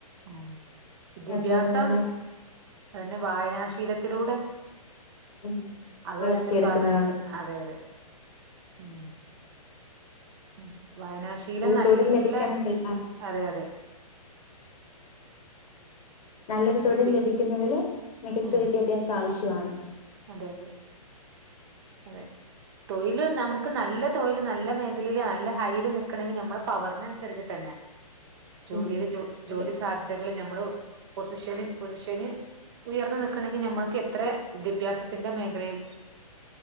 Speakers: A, on the right; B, on the left.
A: ഉം വിദ്യാഭ്യാസം
B: അതുപോലെ തന്നെ
A: തന്നെ വായനാശീലത്തിലൂടെ
B: ഉം
A: അതും
B: വളർത്തിയെടുക്കുന്നതാണ്
A: അതിന്റെ ഒരു ഭാഗയിട്ട് അതെ അതെ ഉം ഉം വയനാശീലം നല്ല
B: തൊഴിൽ ലഭിക്കണമെങ്കിൽ ആഹ്
A: അതെ അതെ
B: നല്ലൊരു
A: വിദ്യാഭ്യ
B: തൊഴിൽ ലഭിക്കുന്നതില് മികച്ച
A: ഉം
B: വിദ്യാഭ്യാസം ആവശ്യാ <inaudible>
A: അതെ അതെ അതെ തൊഴില് നമുക്ക് നല്ല തൊഴില് നല്ല മേഖലയില് നല്ല ഹൈയില് നിക്കണെങ്കി നമ്മള് പവറിന് അനുസരിച്ച്ട്ടന്നെ ജോലില്
B: ഉം
A: ജോലി
B: അതെ
A: സാധ്യതകള് ഞമ്മള് പൊസിഷന് പൊസിഷന് ഉയർന്ന് നിക്കണങ്കി ഞഞമ്മക്ക് എത്ര വിദ്യഭ്യാസത്തിന്റെറ മേഖലയിൽ